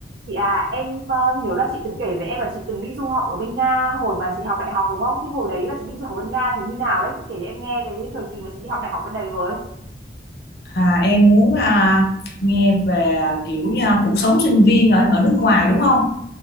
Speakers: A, on the right; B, on the left.
A: Chị à, em ờ, nhớ là chị từng kể với em là chị từng đi du học ở bên Nga hồi mà chị học đại học đúng không? Thì hồi đấy là chị đi du học bên Nga thì như nào đấy? Chị kể cho em nghe cái thời kỳ mà chị đi học đại học bên đấy với.
B: À, em muốn à, nghe về à, kiểu à, cuộc sống sinh viên ở ở nước ngoài đúng không?